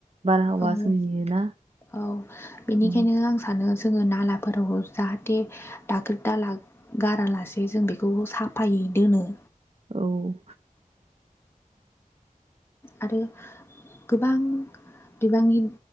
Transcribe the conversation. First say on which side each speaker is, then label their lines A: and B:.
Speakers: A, on the right; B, on the left.
A: बारहावा
B: औ
A: सोमजियोना?
B: औ बेनिखायनो
A: उम,
B: आं सानो जोङो नालाफोराव जाहाथे दाखोर दाला गारालासे जों बेखौ साफायो दोनो।
A: औ
B: आरो गोबां बिबांनि